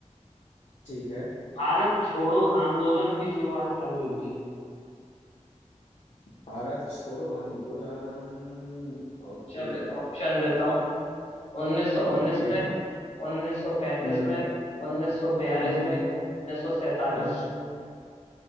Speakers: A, on the left; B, on the left.
A: ठीक है
B: भारत छोड़ो आंदोलन की शुरुआत कब हुई थी
A: भारत छोड़ो आंदोलन ओके
B: चलिए ऑप्शन देता हूँ 1919
A: ओके
B: में 1935
A: हम्म
B: में 1942
A: हम्म
B: में 1947
A: हम्म